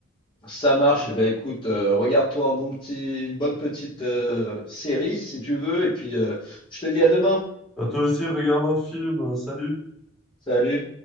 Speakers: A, on the left (about 25°); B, in the centre.
A: Ça marche. Eh ben, écoute, euh, regarde-toi un bon petit, une bonne petite euh, série si tu veux, et puis euh, je te dis à demain.
B: Bah, toi aussi regarde un film, euh, salut.
A: Salut.